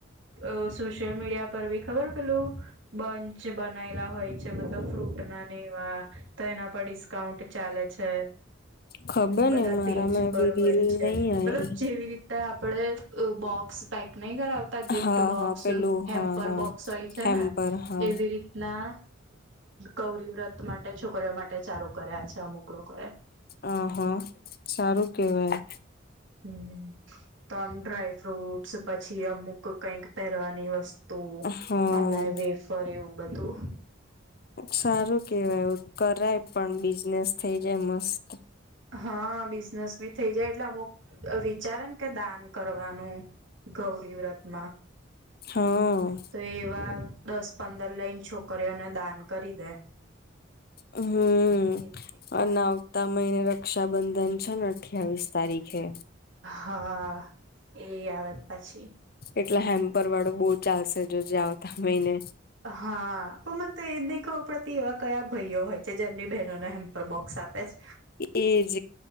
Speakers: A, on the right; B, on the left.
A: અ સોશિયલ મીડિયા પર બી ખબર પેલું બંચ બનાયલા હોય છે મતલબ ફ્રૂટ ના એવા તો એના પર કાઉન્ટ ચાલે છે
B: ખબર
A: બધા
B: ને મારામાં
A: પેજ પર
B: એવી
A: હોય
B: રીલ
A: છે
B: નહી
A: મતલબ
B: આઈ
A: જેવી રીતે તે આપણે બોક્સ પેક નહી કરાવતા ગિફ્ટ
B: હા
A: બોક્સ
B: હા પેલું
A: હેમ્પર
B: હા હા
A: બોક્સ હોય છે
B: હેમ્પર
A: ને
B: હા
A: એવી રીતના ગૌરી વ્રત માટે છોકરીઓ માટે ચાલુ કર્યા છે અમુકલોકો કરે
B: આ હા સારું કેવાય
A: હ તો આમ ડ્રાય ફ્રુટસ પછી અમુક કઈક પહેરવાની વસ્તુ તું
B: હા
A: અને વેફર એવું બધું
B: સારું કેવાયું કરાય પણ બિઝનેસ થઇ જાય મસ્ત
A: હા બીઝ નસમી થઇ જાય એટલે અમુક વિચારે ને કે દાન કરવાનું ગૌરી વ્રત માં
B: હા
A: તો એવા દસ પંદર લઇન છોકરી છોકરીયોને દાન કરી દે
B: હમ
A: એવી રીતે
B: અને ના આવતા મહિને રક્ષાબંધન છે ને અઠ્યાવીસ તારીખે
A: હા એ આવેત પછી
B: એટલે હેમ્પર વાળું બહુ ચાલશે જો જે આવતા હોયને
A: હા પણ મને તો એ જ નહી ખવું પડતી એ કયા ભાઈઓ હોય છે જેમની બહેનોને હેમ્પર બોક્સ આપે છે
B: એજ